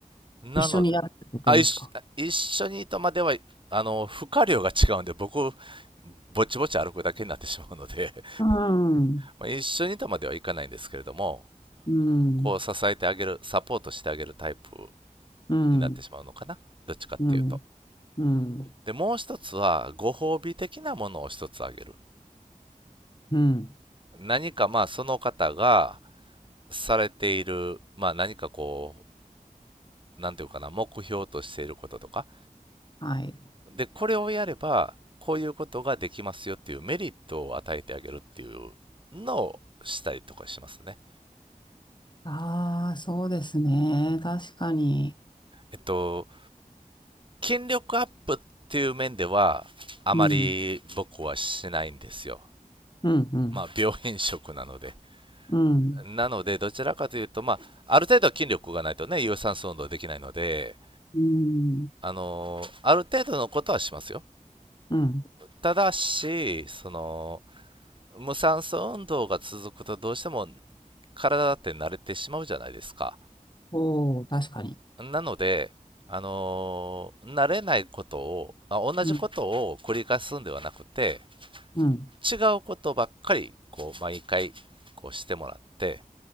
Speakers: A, on the right; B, on the left.
A: なので、
B: 一緒にやるってことですか
A: あ、一緒一緒にとまでは、あの、負荷量が違うんで、僕、ぼちぼち歩くだけになってしまうので、
B: うん、
A: <laughs> 一緒にとまではいかないんですけれども、
B: うん、
A: こう支えてあげる、サポートしてあげるタイプ
B: うん、
A: になってしまうのかな。どっちかっていうと。
B: うん、うん、
A: で、もう一つは、ご褒美的なものを一つあげる。
B: うん。
A: 何かまあ、その方がされている、まあ何かこう、なんていうかな、目標としていることとか。
B: はい。
A: で、これをやれば、こういうことができますよっていうメリットを与えてあげるっていうのをしたりとかしますね。
B: ああ、そうですね。確かに。
A: えっと、筋力アップっていう面では、あまり僕はしないんですよ。
B: うん、うん、うん、
A: まあ、病変色なので。
B: うん、
A: なので、どちらかというと、まあ、ある程度は筋力がないとね、有酸素運動できないので、
B: うん、
A: あのーある程度のことはしますよ。
B: うん。
A: ただし、その、無酸素運動が続くとどうしても体だって慣れてしまうじゃないですか。
B: おお、確かに。
A: なので、あのー慣れないことを、まあ同じことを繰り返すんではなくて、
B: うん、うん。
A: 違うことばっかり、こう、毎回、こうしてもらって、